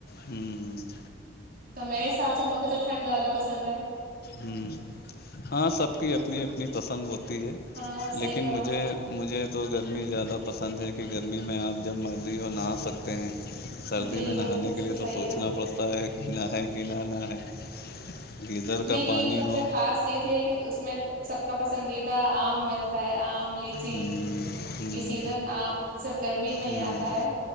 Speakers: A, on the left; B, on the right.
A: ہوں
B: تو میرے حساب سے مجھے تو ٹھنڈ زیادہ پسند ہے
A: ہ ہاں سب کی اپنی اپنی پسند ہوتی ہے
B: ہاں صحیح
A: لیکن
B: فرمایا
A: مجھے مجھے تو گرمی زیادہ پسند ہے کہ گرمی میں آپ جب مرضی ہو نہا سکتے ہیں سردی
B: جی یہ
A: میں نہانے کے لیے
B: صحیح
A: تو سوچنا پڑتا ہے کہ نہ ہے کہ نہ نہ ہے گدر کا پانی
B: یہ سب
A: ہو
B: سے خاص چیز یہ کہ اس میں سب کا پسندیدہ آم ملتا ہے آم الچی
A: ہوں ہوں
B: یہ سیزن آپ سب گرمی میں
A: ہوں
B: ہی آتا ہے